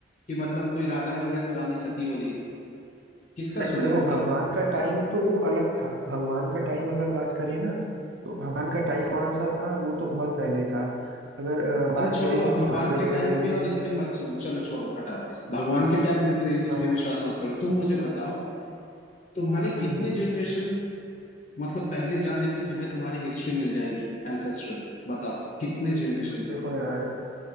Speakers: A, on the left; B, on the right.
A: कि मतलब कोई राजा मर गया तो रानी सती हो रही है किसका
B: नहीं
A: सुना
B: देखो
A: है बताओ
B: भगवान का टाइम तो वो अलग था भगवान का टाइम अगर बात करें ना तो भगवान का टाइम कौन सा था वो तो बहुत पहले था अगर अ, बात
A: अरे छोड़ो
B: करें
A: अब
B: कि
A: भगवान
B: हाँ जब
A: के टाइम
B: अ, ये
A: पे और
B: सब
A: इस पे मत सुनो चलो छोड़ो हटाओ भगवान के टाइम पर इस इस
B: हाँ
A: पे
B: हाँ
A: विश्वास मत करो तुम मुझे बताओ तुम्हारे कितने
B: हम्म हम्म
A: जनरेशन मतलब पहले जाने पे तुम्हें तुम्हारी हिस्ट्री मिल जाएगी एंसेस्ट्रल बताओ कितने जनरेशन पे
B: देखो यार